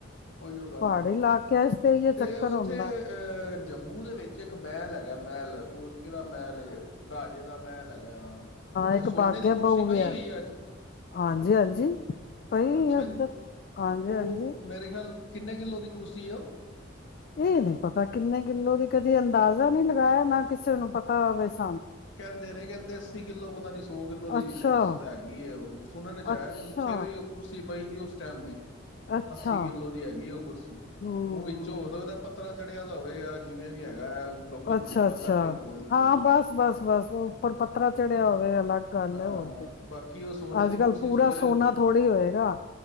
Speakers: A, on the left; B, on the left.
A: ਉਹੀਓ ਗੱਲ
B: ਪਹਾੜੀ
A: ਬਸ
B: ਇਲਾਕਿਆਂ ਚ ਇਹ ਚੱਕਰ
A: ਤੇ ਉੱਥੇ
B: ਹੁੰਦਾ
A: ਆਹ ਜੰਮੂ ਦੇ ਵਿੱਚ ਇੱਕ ਮਹਿਲ ਹੈਗਾ ਮਹਿਲ ਉਹ ਕਿਹੜਾ ਮਹਿਲ ਰਾਜੇ ਦਾ ਮਹਿਲ ਹੈਗਾ ਹਾਂ ਉੱਥੇ
B: ਇੱਕ
A: ਸੋਨੇ
B: ਬਾਗੇ
A: ਦੀ ਕੁਰਸੀ
B: ਬਹੂ
A: ਪਈ
B: ਵੀ
A: ਹੋਈ ਹੈ ਅੱਜ।
B: ਹਾਂਜੀ ਹਾਂਜੀ ਪਈ
A: ਅੱਛਾ
B: ਉੱਧਰ
A: ਜੀ,
B: ਹਾਂਜੀ
A: ਉਹ
B: ਹਾਂਜੀ
A: ਮੇਰੇ ਕਿੰਨੇ ਕਿੱਲੋ ਦੀ ਕੁਰਸੀ ਹੈ ਉਹ
B: ਇਹ ਨੀ ਪਤਾ ਕਿੰਨੇ ਕਿੱਲੋ ਦੀ ਕਦੀ ਅੰਦਾਜ਼ਾ ਨਹੀਂ ਲਾਇਆ ਨਾ ਕਿਸੇ ਨੂੰ ਪਤਾ ਵੈਸੇ
A: ਕਹਿੰਦੇ ਨੇ ਕਹਿੰਦੇ ਅੱਸੀ ਕਿੱਲੋ ਪਤਾ ਨੀ ਸੌ ਕਿੱਲੋ ਦੀ
B: ਅੱਛਾ
A: ਹੈਗੀ ਉਹ ਸੁਣਨ ਚ ਆਇਆ
B: ਅੱਛਾ
A: ਸੀ ਪਿੱਛੇ ਵੀ ਉਹ ਕੁਰਸੀ ਪਈ ਦੀ ਉਸ ਟਾਈਮ ਦੀ
B: ਅੱਛਾ
A: ਅੱਸੀ ਕਿੱਲੋ ਦੀ ਹੈਗੀ ਉਹ ਕੁਰਸੀ
B: ਹਮ
A: ਹੁਣ ਵਿੱਚੋਂ ਹੋ ਸਕਦਾ ਪੱਥਰਾ ਚ ਦਾ ਹੋਵੇ ਆ ਜਿਵੇਂ ਵੀ ਹੈਗਾ ਲੋਕੀ
B: ਅੱਛਾ
A: ਝੂਠ
B: ਅੱਛਾ
A: ਪਰ ਸੱਚ ਵੀ ਬੋਲ ਦਿੰਦੇ
B: ਹਾਂ
A: ਨੇ
B: ਬਸ ਬਸ ਬਸ ਬਸ ਉੱਪਰ ਪੱਰਾ ਚੜਿਆ ਹੋਵੇ ਅਲੱਗ ਗੱਲ
A: ਹਾਂ
B: ਹੈ ਹੋਰ ਕੇ
A: ਬਾਕੀ ਉਹ ਸੋਨੇ
B: ਅੱਜ
A: ਦੀ ਕੁਰਸੀ
B: ਕੱਲ ਪੂਰਾ
A: ਸੋਏ
B: ਸੋਨਾ ਥੋੜ੍ਹੀ ਹੋਏਗਾ